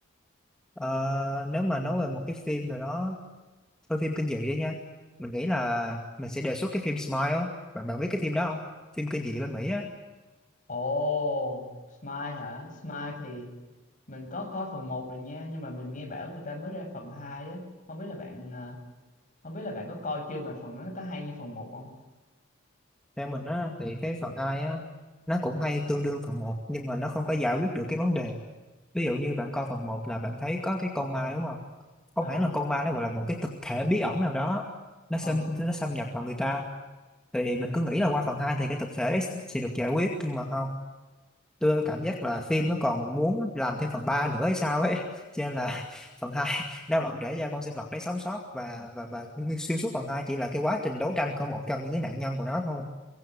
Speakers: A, in the centre; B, on the left.
A: Ờ, nếu mà nói về một cái phim nào đó thôi phim kinh dị đi nha mình nghĩ là mình sẽ đề xuất cái phim Smile á. bạn bạn biết cái phim đó không phim kinh dị bên Mỹ á
B: Ồ, Smile hả? Smile thì mình có coi phần một rồi nha nhưng mà mình nghe bảo người ta mới ra phần 2 á không biết là bạn ờ, không biết là bạn có coi chưa mà phần đó nó có hay như phần một không
A: theo mình á thì cái phần 2 á nó cũng hay tương đương phần một nhưng mà nó không có giải quyết được cái vấn đề ví dụ như bạn coi phần một là bạn thấy có cái con ma đúng không không
B: à
A: hẳn là con ma nó gọi là một cái thực thể bí ẩn nào đó nó
B: ờ
A: xâm nó xâm nhập vào người ta thì mình cứ nghĩ là qua phần 2 thì cái thực thể đấy sẽ được giải quyết nhưng mà không tôi cảm giác là phim nó còn muốn làm thêm phần 3 nữa hay sao ấy <laughs> cho nên là <laughs> phần 2 nó vẫn để cho con sinh vật đấy sống sót và và và nguyên- xuyên suốt phần 2 chỉ là cái quá trình đấu tranh của một trong những cái nạn nhân của nó thôi